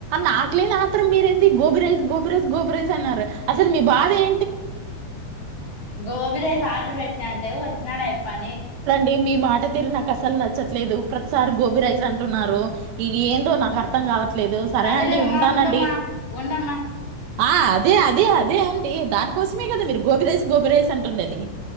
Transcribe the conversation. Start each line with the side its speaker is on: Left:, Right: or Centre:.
Right: నాకు లేని ఆత్రం మీరేంది gobi rice gobi rice gobi rice అన్నారు అసలు మీ బాధేం
Left: గోబీ రైస్ ఆర్డర్ పెట్టిన అంటే వచ్చినాడాయప్పని
Right: మీ మీ మాట తీరు నాకసలు నచ్చట్లేదు ప్రతిసారి గోబి రైస్ అంటున్నారు, ఇది ఏందో నాకర్థం కావట్లే. లేదు సరే
Left: సరేలేమ్మా
Right: అండి ఉంటానండి
Left: ఉండమ్మా ఉండమ్మా
Right: ఆ అదే అదే అదే అండి దానికోసమే గదా మీరు గోబి రైస్ గోబి రైస్ అంటుడది <inaudible>